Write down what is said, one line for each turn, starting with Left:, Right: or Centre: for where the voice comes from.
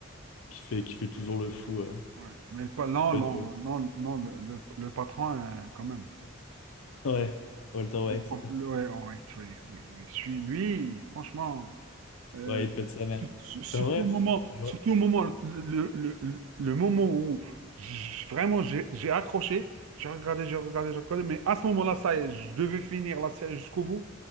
Left: qui fait, qui fait toujours le fou. euh,
Right: ouais. mais pas, non,
Left: auprès
Right: non,
Left: de-
Right: non, non, le, le, le patron, euh, quand même.
Left: Ouais, Walter White.
Right: Le prof- le- ouais, ouais, oui, oui, oui, celui, lui, franchement. Euh,
Left: Ouais, il pète sa mère.
Right: sur- sur- surtout
Left: Bah bref,
Right: au moment,
Left: genre,
Right: surtout au moment, le, le, le- le moment où j- vraiment j'ai j'ai accroché, j'ai regardé, j'ai regardé, j'ai regardé, mais à ce moment-là, ça y est, je devais finir la série jusqu'au bout.